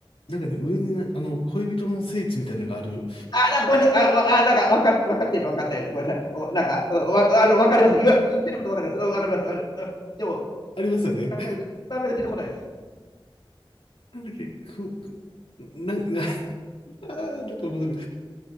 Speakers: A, on the left; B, on the left.
A: なんかね、上にね、あの、恋人の聖地みたいなのがある、
B: あ、なごめんなさい。あ、わあなんか、わか、わかってるのわかんないな。ごめんなさい。おなんか、おわ、あの、わかります。言わ、言ってることわかります。うんわかります。ある。うんでも、
A: ありますよね。
B: なかなか出てなかなか出てこないです。
A: <laughs> なんだっけ、く、く、な、な、<laughs> あーなんかもうすぐ、